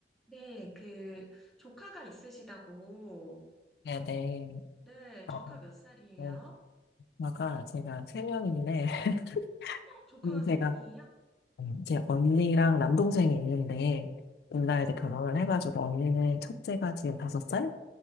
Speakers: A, in the centre; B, on the left.
A: 네, 그, 조카가 있으시다고.
B: 네네.
A: 네, 조카
B: 어,
A: 몇 살이에요?
B: 어, 아까 제가 세 명인데, <laughs>
A: 조카가
B: 음,
A: 세
B: 제가,
A: 명이에요?
B: 음, 제 언니랑 남동생이 있는데, 둘
A: 네.
B: 다 이제 결혼을 해가지고, 언니는 첫째가 지금 다섯 살,